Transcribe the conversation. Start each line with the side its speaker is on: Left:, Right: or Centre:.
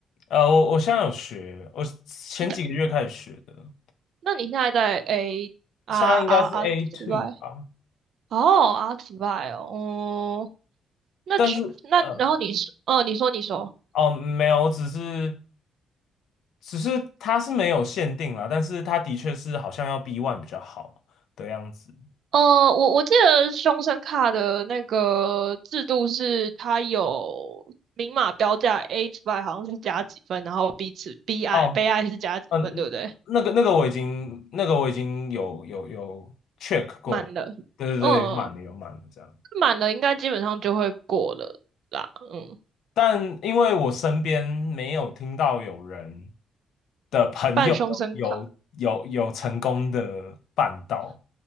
Left: 呃，我我现在有学，我前几个月开始学的，
Right: 你的那你现在在诶啊啊啊之外，
Left: 现在应该是 A two 吧，
Right: 哦啊之外哦，哦，那去那然后你说，
Left: 但是。呃。
Right: 呃，你说你说，
Left: 哦，没有，只是只是它是没有限定啦，但是它的确是好像要 B one 比较好的样子。
Right: 呃，我我记得凶神卡的那个制度是它有明码标价，A 之外好像是加几分，然后 B 次 B I
Left: 哦，
Right: 悲哀是加几分，
Left: 嗯，
Right: 对不对？
Left: 那个那个我已经那个我已经有有有 check 过，
Right: 满了，
Left: 对对对，
Right: 嗯，
Left: 满了有满了这样。
Right: 满了应该基本上就会过了啦，嗯，
Left: 但因为我身边没有听到有人的朋友有有
Right: 办凶神卡。
Left: 有有成功的办到，